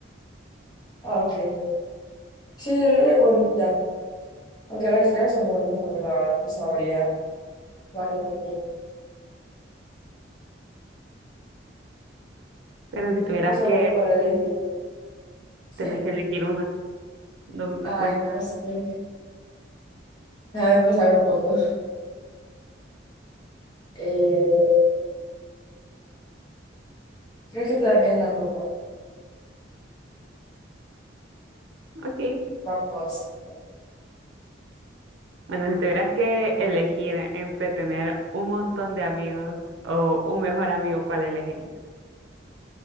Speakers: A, on the left (about 25°); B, on the right (about 80°).
A: Ah, ok. Sí, la luna es bonita. Aunque las estrellas son muy bonitas también, la verdad. No sabría cuál elegir.
B: Pero si tuvieras
A: No sabría
B: que,
A: cuál elegir. <laughs>
B: tenés que elegir una, no, no
A: Ay,
B: cuenta.
A: no sé. Déjame pensar un poco. Eh, creo que también la luna.
B: Ok,
A: Vamos.
B: Bueno, si tuvieras que elegir entre tener un montón de amigos o un mejor amigo, ¿cuál elegirías?